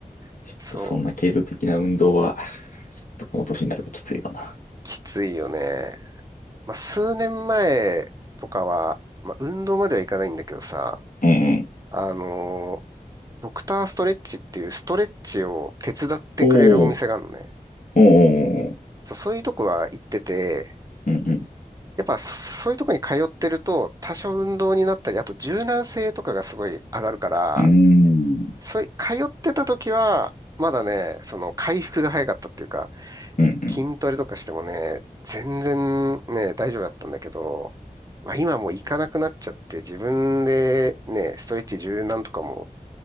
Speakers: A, on the left (about 65°); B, on the right (about 25°).
A: ちょっとそんな継続的な運動は、
B: そう、
A: ちょっとこの年になるときついわな。
B: きついよね。まあ、数年前とかは、まあ、運動まではいかないんだけどさ、
A: うんうん
B: あのードクターストレッチっていうストレッチを手伝ってくれるお店があるのね。
A: おーおーおーおー
B: そう、そういうとこは行ってて、
A: うんうん
B: やっぱそういうとこに通ってると多少運動になったり、あと柔軟性とかがすごい上がるから、
A: うーん
B: そうい、通ってた時は、まだね、その回復が早かったっていうか、
A: うんうん
B: 筋トレとかしてもね、全然ね、大丈夫だったんだけど、まあ今もう行かなくなっちゃって自分でね、ストレッチ柔軟とかも